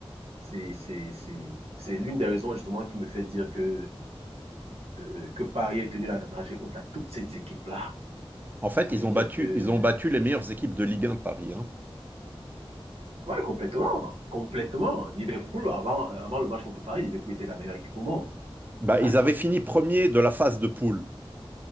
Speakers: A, on the right; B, on the right.
A: C'est, c'est, c'est, c'est l'une des raisons justement qui me fait dire que, euh, que Paris est tenu la dragée haute à toutes ces équipes-là.
B: En fait,
A: Ça
B: ils
A: veut dire
B: ont battu,
A: que,
B: ils ont battu les meilleures équipes de Ligue 1 Paris. hein.
A: ouais, complètement, complètement. Liverpool, avant, euh, avant le match contre Paris, Liverpool était la meilleure équipe au monde,
B: Bah,
A: par
B: ils
A: exemple.
B: avaient fini premier de la phase de poule.